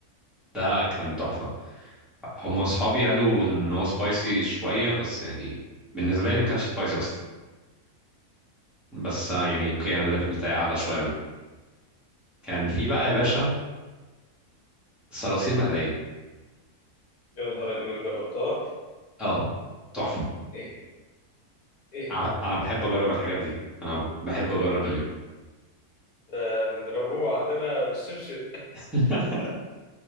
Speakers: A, in the centre; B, on the left.
A: آه كان تحفة هم اصحابي قالوا ان هو سبايسي شويه بس يعني بالنسبه لي ما كانش سبايسي اصلا بس آه، يعني اوكي انا الليفل بتاعي اعلى شويه منهم كان في بقى يا باشا صراصير مقليه
B: يا نهار أبيض اللي جربتها
A: اه تحفه
B: ايه ايه
A: انا أنا بحب اجرب الحاجات دي انا بحب اجرب قوي
B: ده بنضربوه عندنا بالشبشب
A: <laughs>